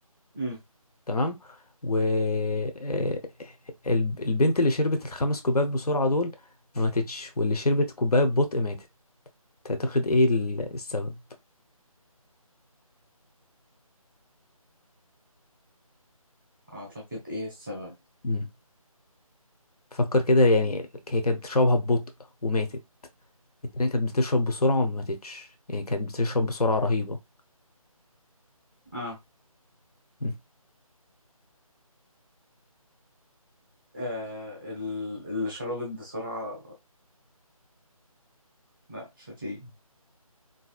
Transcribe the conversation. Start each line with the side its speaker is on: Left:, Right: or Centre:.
Centre: امم
Left: تمام و آه، الب- البنت اللي شربت الخمس كوبايات بسرعه دول ما ماتتش واللي شربت كوبايه ببطء ماتت تعتقد ايه ال- السبب
Centre: اعتقد ايه السبب
Left: مم. فكر كده يعني هي كانت بتشربها ببطء وماتت التانية كانت بتشرب بسرعة وما ماتتش يعني كانت بتشرب بسرعة رهيبة
Centre: اه,
Left: مم.
Centre: آه ال- اللي شربت بسرعة لا مش هتيجي